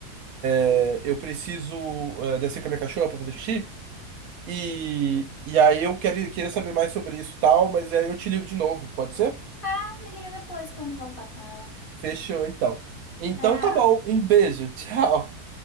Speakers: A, on the right; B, on the left.
A: é, eu preciso, é, descer com a minha cachorra para fazer xixi. E, e aí eu quero, queria saber mais sobre isso e tal, mas aí eu te ligo de novo, pode ser?
B: Ah, me liga depois quando voltar com ela.
A: Fechou, então. Então
B: Tchau.
A: tá bom, um beijo, <laughs> tchau.